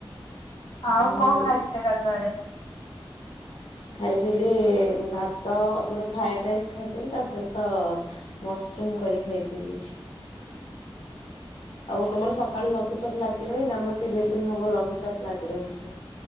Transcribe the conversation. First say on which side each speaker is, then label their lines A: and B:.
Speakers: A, on the left; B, on the left.
A: ଆଉ
B: ଉଁ ହୁଁ
A: କଣ ଖାଇଥିଲେ ଗାଧୁଆ ଏଳେ?
B: ଖାଇଥିଲି ଭାତ ଆମର ଫ୍ରଏଡ ରାଇସ୍ ଖାଇଥିଲି ତା ସହିତ ମସରୁମ କରି ଖାଇଥିଲି। ଆଉ ତମର ସକାଳୁ ଲଘ। ଲଘୁଚାପ ଲାଗି ରହନି ଆମର ତିନି ଦିନ ହବ ଲଘୁଚାପ ଲାଗି ରହିଛି